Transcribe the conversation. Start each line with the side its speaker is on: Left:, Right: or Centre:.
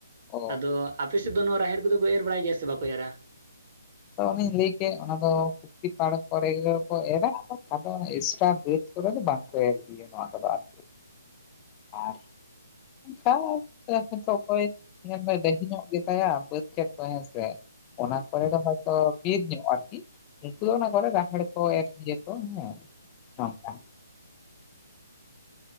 Left: ᱚ
Right: ᱟᱫᱚ ᱟᱯᱮ ᱥᱮᱫ ᱫᱚ ᱱᱚᱣᱟ ᱨᱟᱦᱮᱲ ᱠᱚ ᱫᱚ ᱠᱚ ᱮᱨ ᱵᱟᱲᱟᱭ ᱜᱮᱭᱟ ᱥᱮ ᱵᱟᱠᱚ ᱮᱨᱟ ᱾
Left: ᱟᱫᱚ ᱚᱱᱮᱧ ᱞᱟᱹᱭ ᱠᱮᱫ ᱚᱱᱟ ᱫᱚ ᱯᱩᱠᱛᱤ ᱯᱟᱲᱟᱛ ᱠᱚᱨᱮ ᱜᱮ ᱠᱚ ᱮᱨᱟ᱾ ᱟᱫᱚ ᱮᱠᱥᱴᱨᱟ ᱵᱮᱹᱫᱽ ᱠᱚᱨᱮ ᱫᱚ ᱵᱟᱝ ᱠᱚ ᱮᱨ ᱜᱤᱭᱟ ᱱᱚᱣᱟ ᱠᱚ ᱫᱚ ᱟᱨᱠᱤ ᱟᱨ ᱾ <unintelligible> ᱛᱚ ᱚᱠᱚᱡ ᱤᱱᱟᱹ ᱠᱷᱚᱡ ᱰᱟᱹᱦᱤ ᱧᱚᱜ ᱜᱮᱛᱟᱭᱟ ᱵᱟᱹᱫᱽ ᱠᱷᱮᱛ ᱠᱚ ᱦᱮᱸᱥᱮ ᱚᱱᱟ ᱠᱚᱨᱮ ᱫᱚ ᱦᱳᱭ ᱛᱚ ᱵᱤᱨ ᱧᱚᱜ ᱟᱨᱠᱤ ᱩᱱᱠᱩ ᱫᱚ ᱚᱱᱟ ᱠᱚᱨᱮ ᱨᱟᱦᱮᱲ ᱠᱚ ᱮᱨ ᱠᱤᱭᱟᱹ ᱠᱚ ᱦᱮᱸ ᱾ ᱟᱪᱪᱷᱟ <inaudible>